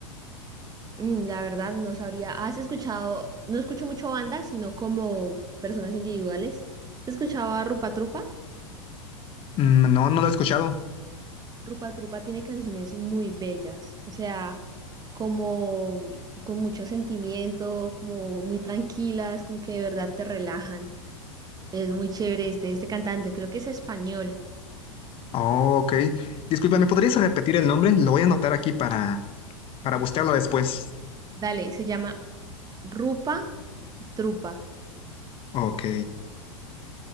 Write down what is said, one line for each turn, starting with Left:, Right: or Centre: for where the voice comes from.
Right: Mm, la verdad no sabría. ¿Has escuchado? No escucho mucho bandas, sino como personas individuales. ¿Has escuchado a Rupa Trupa?
Left: Mm, no, no lo he escuchado.
Right: Rupa Trupa tiene canciones muy bellas, o sea, como con mucho sentimiento, como muy tranquilas, como que de verdad te relajan. Es muy chévere este, este cantante, creo que es español.
Left: Oh, ok. Disculpa, ¿me podrías repetir el nombre? Lo voy a anotar aquí para, para buscarlo después.
Right: Dale, se llama Rupa. Trupa.
Left: Ok,